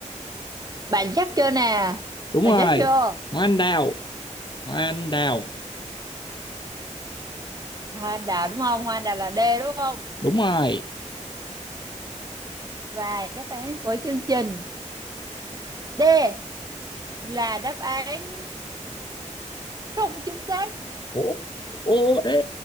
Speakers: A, on the right (about 30°); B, on the left (about 40°).
A: Bạn chắc chưa nè
B: đúng
A: Bạn
B: rồi
A: chắc chưa
B: hoa anh đào hoa anh đào
A: Hoa anh đào đúng không? Hoa anh đào là D đúng không?
B: đúng rồi
A: Và đáp án của chương trình D là đáp án không chính xác
B: ủa ủa ê, ê,